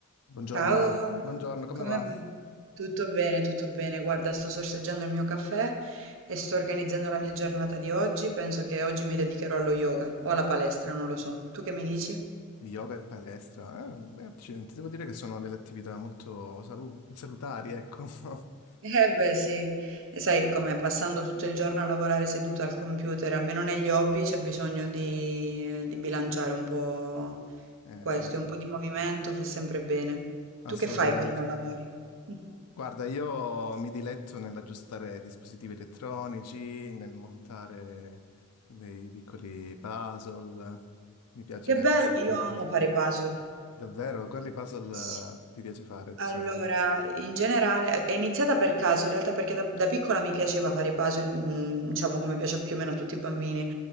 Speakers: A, on the left (about 85°); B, on the right (about 60°).
A: Buongiorno,
B: Ciao,
A: buongiorno, come
B: come
A: va?
B: va? Tutto bene, tutto bene. Guarda, sto sorseggiando il mio caffè e sto organizzando la mia giornata di oggi. Penso che oggi mi dedicherò allo yoga o alla palestra, non lo so. Tu che mi dici?
A: Yoga e palestra? Eh, beh, accidenti, devo dire che sono delle attività molto salu- salutari, ecco. <laughs>
B: Eh beh sì, e sai come passando tutto il giorno a lavorare seduta al computer, almeno negli hobby c'è bisogno di, di bilanciare un po'
A: Eh
B: questo,
A: sì,
B: un po' di movimento fa sempre bene.
A: assolutamente.
B: Tu che fai quando non lavori? <laughs>
A: Guarda, io mi diletto nell'aggiustare dispositivi elettronici, nel montare dei piccoli puzzle. Mi piace
B: Che bello,
A: passare
B: io
A: il tempo
B: amo
A: così.
B: fare i puzzle.
A: Davvero? Quali puzzle
B: Sì.
A: eh, ti piace fare di
B: Allora,
A: solito?
B: in generale, è iniziata per caso, in realtà perché da, da piccola mi piaceva fare i puzzle, mm, diciamo come piace più o meno a tutti i bambini.